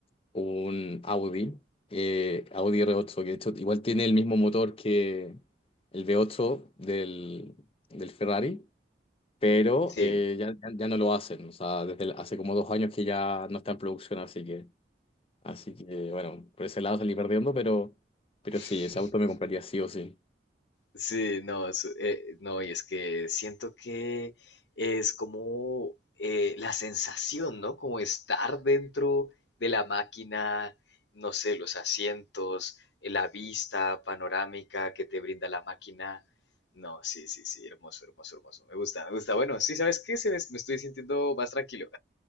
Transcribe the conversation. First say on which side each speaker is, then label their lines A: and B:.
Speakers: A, on the left; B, on the left.
A: un Audi, eh, Audi R8, que de hecho igual tiene el mismo motor que el V8 del, del Ferrari, pero
B: sí.
A: eh, ya, ya- ya no lo hacen. O sea, desde el- hace como dos años que ya no está en producción, así que, así que bueno, por ese lado salí perdiendo, pero, pero sí,
B: <laughs>
A: ese auto me compraría sí o sí.
B: Sí, no, es- eh, no, y es que siento que es como eh, la sensación, ¿no? Como estar dentro de la máquina, no sé, los asientos, eh, la vista panorámica que te brinda la máquina. No, sí, sí, sí, hermoso, hermoso, hermoso. Me gusta, me gusta. Bueno, sí, ¿sabes qué? Se me, me estoy sintiendo más tranquilo.